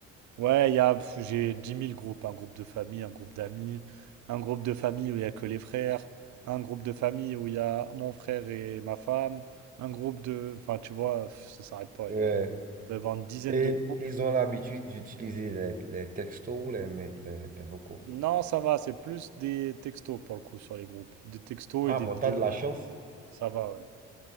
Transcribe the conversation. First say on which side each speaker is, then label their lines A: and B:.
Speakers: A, on the right; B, on the right.
A: Ouais, il y a, pff, j'ai dix mille groupes, un groupe de famille, un groupe d'amis, un groupe de famille où il y a que les frères, un groupe de famille où il y a mon frère et ma femme, un groupe de... Enfin, tu vois, pff, ça s'arrête pas,
B: Ouais.
A: il y a- il doit y avoir une dizaine
B: Et
A: de groupes.
B: ils ont l'habitude d'utiliser les, les textos, les, les, les vocaux.
A: Non, ça va, c'est plus des textos pour le coup sur les groupes, des textos
B: Ah
A: et des
B: bon,
A: vidéos.
B: t'as de la chance.
A: Ça va, ouais.